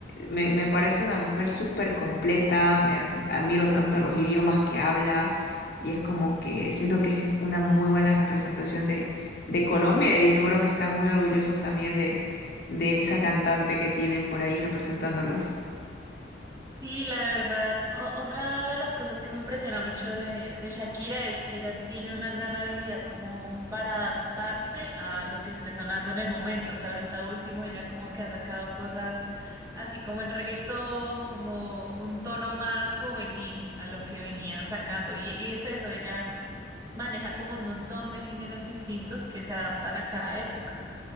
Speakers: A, on the left; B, on the right.
A: me, me parece una mujer súper completa. Me admiro tanto los idiomas que habla. Y es como que siento que es una muy buena representación de de Colombia y seguro que están muy orgullosos también de, de esa cantante que tienen por ahí representándolos.
B: Sí, la verdad, o- otra de las cosas que me impresiona mucho de, de Shakira es que ella tiene una gran habilidad como para adaptarse a lo que esté sonando en el momento, o sea, ahorita último ella como que ha sacado cosas así como en reggaetón, como un tono más juvenil a lo que venía sacando, y, y es eso, ella... Maneja como un montón de géneros distintos que se adaptan a cada época.